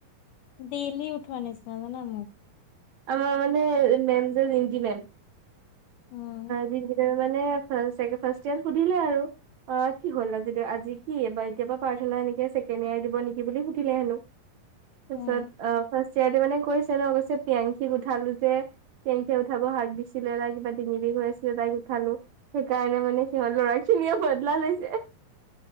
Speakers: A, on the left; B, on the right.
A: ডেইলি উঠোৱা নিচিনা জনা মোক।
B: আমাৰ মানে মেম যে জিন্তি মেম।
A: উম',।
B: জিন্টি মেমে মানে ফাৰ্ষ্ট ইয়াৰ সুধিলে আৰু। অ' কি হ'ল আজি আজি কি এইবাৰ এতিয় পাৰ্চ এনেকে ছেকেণ্ড ইয়াৰ দিব নেকি বুলি সুধিলে হেনো। তাৰ
A: উম
B: পিছত অ' চি আই দি মানে কৈছে ন' কৈছে পিয়ংখিক উঠালো যে, পিয়ংখিয় উঠাব হাক দিছিলে কিবা ডঙি বিষ হৈ আছিলে তাইক উঠালো, সেইকাৰণে মানে সিহঁত ল'ৰা খিনিয়ে বদলা লৈছে।